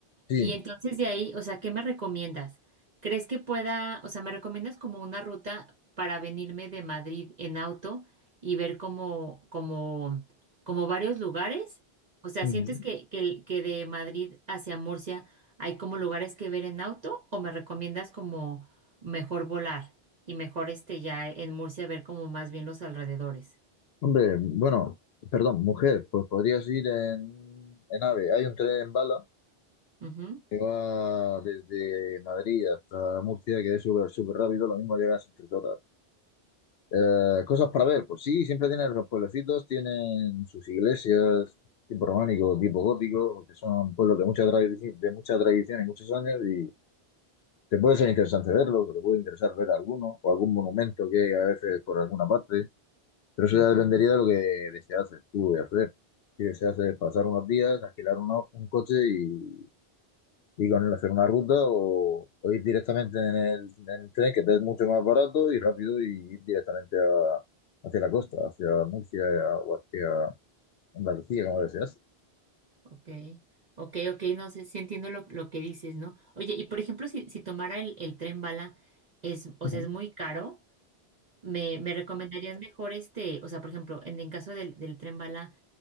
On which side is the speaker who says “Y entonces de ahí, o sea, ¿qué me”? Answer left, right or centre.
Right